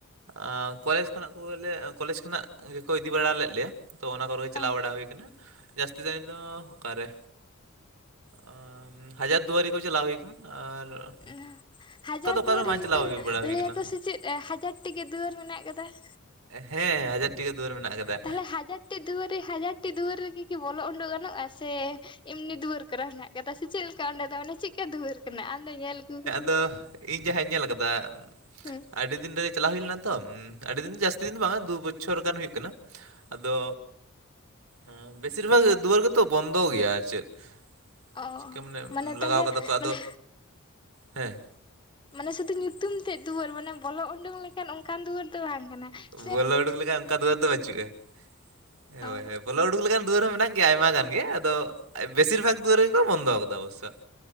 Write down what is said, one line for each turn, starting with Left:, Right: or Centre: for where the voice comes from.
Right: ᱟᱸ ᱠᱚᱞᱮᱡᱽ ᱠᱷᱚᱱᱟᱜ ᱠᱚᱞᱮ ᱠᱚᱞᱮᱡᱽ ᱠᱷᱚᱱᱟᱜ ᱜᱮᱠᱚ ᱤᱫᱤ ᱵᱟᱲᱟ ᱞᱮᱫ ᱞᱮᱭᱟ᱾ ᱛᱚ ᱚᱱᱟ ᱠᱚᱨᱮ ᱜᱮ ᱪᱟᱞᱟᱣ
Left: ᱚ
Right: ᱵᱟᱲᱟ ᱦᱩᱭ ᱠᱟᱱᱟ ᱾ ᱡᱟᱹᱥᱛᱤ ᱫᱟᱭ ᱫᱚ ᱚᱠᱟᱨᱮ ᱚ ᱦᱟᱡᱟᱨ ᱫᱩᱣᱟᱹᱨᱤ ᱠᱚ ᱪᱟᱞᱟᱣ ᱦᱩᱭ ᱠᱟᱱᱟ᱾ ᱟᱨ,
Left: ᱮᱸᱦ ᱦᱟᱡᱟᱨ
Right: ᱚᱠᱟ
Left: ᱫᱩᱣᱟᱹᱨᱤ
Right: ᱨᱮᱦᱚᱸ ᱵᱟᱝ
Left: ᱨᱮ
Right: ᱪᱟᱞᱟᱣ ᱦᱩᱭ ᱵᱟᱲᱟ ᱦᱩᱭ
Left: ᱞᱟᱹᱭᱟᱠᱚ
Right: ᱟᱠᱟᱱᱟ
Left: ᱥᱮ ᱪᱮᱫ ᱦᱟᱡᱟᱨ ᱴᱤᱜ ᱜᱮ ᱫᱩᱣᱟᱹᱨ ᱢᱮᱱᱟᱜ ᱠᱟᱫᱟ ᱾
Right: ᱦᱮᱸ ᱦᱟᱡᱟ ᱴᱤᱠᱟᱹ ᱫᱩᱣᱟᱹᱨ ᱢᱮᱱᱟᱜ ᱟᱠᱟᱫᱟ ᱾
Left: ᱛᱟᱦᱞᱮ ᱦᱟᱡᱟᱨ ᱴᱤ ᱫᱩᱣᱟᱹᱨ ᱨᱮ ᱦᱟᱡᱟᱨ ᱴᱤ ᱫᱩᱣᱟᱹᱨ ᱨᱮᱜᱮ ᱠᱤ ᱵᱚᱞᱚ ᱚᱸᱰᱚᱜ ᱜᱟᱱᱚᱜᱼᱟ᱾ ᱪᱮ ᱮᱢᱱᱤ ᱫᱩᱣᱟᱹᱨ ᱠᱟᱱᱟ ᱱᱷᱟᱜ ᱠᱟᱫᱟ ᱥᱮ ᱪᱮᱫ ᱞᱮᱠᱟ ᱚᱸᱰᱮ ᱫᱚ ᱢᱟᱱᱮ ᱪᱮᱫ ᱠᱟ ᱫᱩᱣᱟᱹᱨ ᱠᱟᱱᱟ? ᱟᱢᱫᱚ ᱧᱮᱞ ᱟᱹᱜᱩ ᱟᱠᱟᱫᱟᱢ
Right: ᱫᱚ
Left: ᱾
Right: ᱤᱧ ᱡᱟᱦᱟᱧ ᱧᱮᱞ ᱠᱟᱫᱟ᱾
Left: ᱦᱩᱸ
Right: ᱟᱹᱰᱤ ᱫᱤᱱ ᱨᱮ ᱪᱟᱞᱟᱣ ᱦᱩᱭ ᱞᱮᱱᱟ ᱛᱚ ᱟᱹᱰᱤ ᱫᱤᱱ ᱡᱟᱹᱥ ᱛᱤᱱ ᱢᱟ ᱵᱟᱝᱟ ᱫᱩ ᱵᱚᱪᱷᱚᱨ ᱜᱟᱱ ᱦᱩᱭᱩᱜ ᱠᱟᱱᱟ ᱟᱫᱚ ᱦᱮᱸ ᱵᱮᱥᱤᱨ ᱵᱷᱟᱜᱽ ᱫᱩᱣᱟᱹᱨ ᱜᱮᱛᱚ ᱵᱚᱱᱫᱚ ᱜᱮᱭᱟ ᱟᱨᱪᱮᱫ ᱾
Left: ᱚ
Right: ᱪᱤᱠᱟᱹ ᱢᱟᱱᱮ ᱞᱟᱜᱟᱣ
Left: ᱛᱟᱦᱚᱞᱮ
Right: ᱠᱟᱫᱟ ᱠᱚ ᱟᱫᱚ
Left: ᱢᱟᱱᱮ
Right: ᱦᱮᱸ᱾
Left: ᱢᱟᱱᱮ ᱥᱩᱫᱩ ᱧᱩᱛᱩᱢ ᱛᱮᱫ ᱫᱩᱣᱟᱹᱨ ᱢᱟᱱᱮ ᱵᱚᱞᱚ ᱩᱰᱩᱝ ᱞᱮᱠᱟᱱ ᱚᱱᱠᱟᱱ ᱫᱩᱣᱟᱹᱨ ᱫᱚ ᱵᱟᱝ ᱠᱟᱱᱟ ᱾
Right: ᱵᱚᱞᱚ ᱩᱰᱩᱠ ᱞᱮᱠᱷᱟᱱ ᱚᱱᱠᱟᱱ ᱫᱩᱣᱟᱹᱨ ᱫᱚ ᱵᱟᱹᱪᱩᱜᱼᱟ ᱦᱮᱸ
Left: ᱚ
Right: ᱦᱳᱭ ᱦᱳᱭ᱾ ᱵᱚᱞᱚ ᱩᱰᱩᱠ ᱞᱮᱠᱟᱱ ᱫᱩᱣᱟᱹᱨ ᱦᱚᱸ ᱢᱮᱱᱟᱜ ᱜᱮᱭᱟ ᱟᱭᱢᱟ ᱜᱟᱱ ᱜᱮ ᱟᱫᱚ ᱵᱮᱥᱤᱨ ᱵᱷᱟᱜᱽ ᱫᱩᱣᱟᱹᱨ ᱜᱮᱠᱚ ᱵᱚᱱᱫᱚ ᱟᱠᱟᱫᱟ ᱚᱵᱚᱥᱥᱚ᱾ <inaudible>